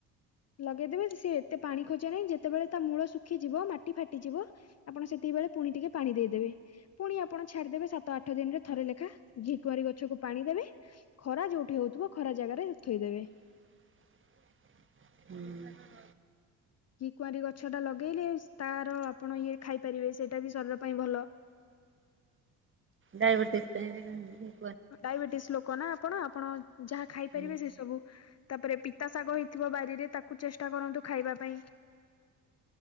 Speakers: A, on the left; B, on the right.
A: ଲଗେଇ ଦେବେ ସେ ଏତେ ପାଣି ଖୋଜେ ନାହିଁ ଯେତେବେଳେ ତା ମୂଳ ଶୁଖିଯିବ ମାଟି ଫାଟିଯିବ ଆପଣ ସେତିକି ବେଳେ ପୁଣି ଟିକେ ପାଣି ଦେଇଦେବେ। ପୁଣି ଆପଣ ଛାଡିଦେବେ ସାତ ଆଠ ଦିନରେ ଥରେ ଲେଖା ଘି କୁଆଁରି ଗଛକୁ ପାଣି ଦେବେ, ଖରା ଯୋଉଠି ହଉଥିବ ଖରା ଜାଗାରେ ଥୋଇଦେବେ।
B: ଉଁ।
A: ଘି କୁଆଁରୀ ଗଛଟା ଲଗେଇଲେ ତାର ଆପଣ ଇଏ ଖାଇପାରିବେ, ସେଇଟା ବି ଶରୀର ପାଇଁ ଭଲ।
B: ଡ଼ାଇ ବେତିଶି ପାଇଁବିନା
A: ଡାଇବେଟିସ ଲୋକ ନା ଆପଣ ଆପଣ ଯାହା ଖାଇପାରିବେ
B: ହୁଁ
A: ସେ ସବୁ ତାପରେ ପିତା ଶାଗ ହେଇଥିବ ବାରିରେ ତାକୁ ଚେଷ୍ଟା କରନ୍ତୁ ଖାଇବା ପାଇଁ।